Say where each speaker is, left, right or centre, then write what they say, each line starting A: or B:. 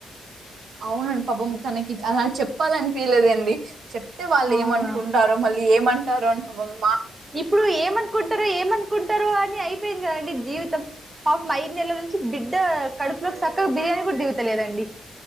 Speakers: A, on the right; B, on the right.
A: అవునండి పాపం తనకి అలా చెప్పాలనిపిలేదండి చెప్తే వాళ్ళు
B: అవునా
A: ఏమనుకుంటారో మళ్ళీ ఏమ అంటారు అంట బంద
B: ఇప్పుడు ఏమనుకుంటారు ఏమనుకుంటారు అని అయిపో యింది కదండి జీవితం పాపం అయిదు నెలల నుంచి బిడ్ ఇద్ద కడుపులో సక్కగా బిర్యానీ కూడా ది లేదండి